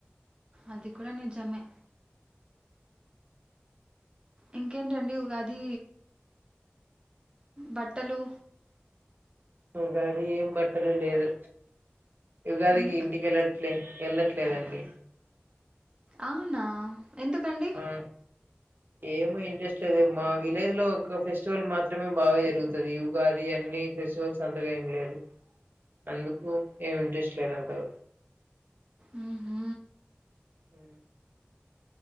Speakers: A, on the right; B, on the right.
A: అది కూడ నిజమే ఇంకేంటండి ఉగాది బట్టలు
B: ఉగాది ఏం బట్టలు లేదు ఉగాదికి
A: ఎందుకు
B: ఇంటికి వెళ్లడం లేదు వెళ్ళట్లేదండి
A: అవునా ఎందుకండి
B: ఆ ఏమో ఇంట్రెస్ట్ లేదు మా విలేజ్ లో ఒక ఫెస్టివల్ మాత్రమే బాగా జరుగుతది ఉగాది అన్ని ఫెస్టివల్స్ అంతగా ఏం లేదు అందుకు ఏమి ఇంట్రెస్ట్ లేదు అసలు
A: ఉ హు
B: ఉ